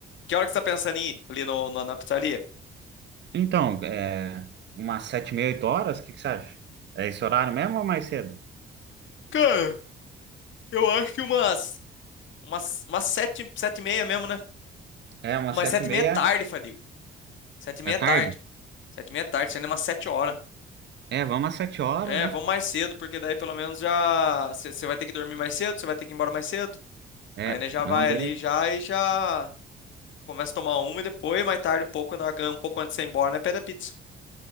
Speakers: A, on the left; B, on the right.
A: Que hora que você tá pensando em ir ali no, na na pizzaria?
B: Então, é, umas sete e meia, oito horas, o que que você acha? É esse horário mesmo ou mais cedo?
A: Cara, eu acho que umas, umas, umas sete, sete e meia mesmo, né?
B: É, umas
A: Mas
B: sete
A: sete
B: e
A: e
B: meia.
A: meia é tarde, Fadiga. Sete e meia
B: É tarde?
A: é tarde. Sete e meia é tarde, sendo umas sete horas.
B: É, vamos às sete horas,
A: É,
B: né?
A: vamos mais cedo, porque daí pelo menos já... Você vai ter que dormir mais cedo, você vai ter que ir embora mais cedo.
B: É,
A: Aí, né, já
B: não,
A: vai
B: beleza.
A: ali já e já... Começa a tomar uma e depois, mais tarde, um pouco, na- um pouco antes de você ir embora, né, pede a pizza.